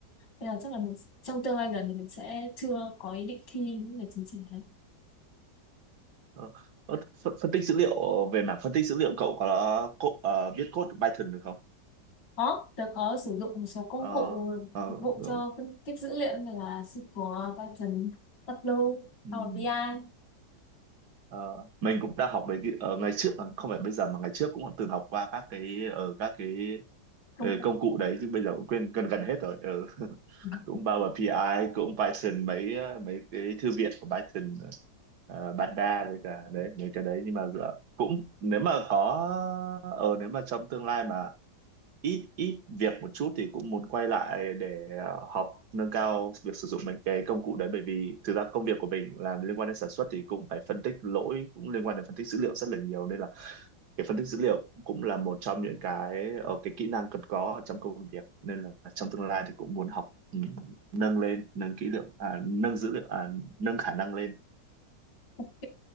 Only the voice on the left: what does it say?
nên là chắc là mình trong tương lai gần thì mình sẽ chưa có ý định thi những cái chứng chỉ đấy
có tớ có sử dụng một số công
cụ
phục vụ
cho phân tích dữ liệu như là SQL, Python, Tableau,
Power BI ai,
công
cụ
Ok,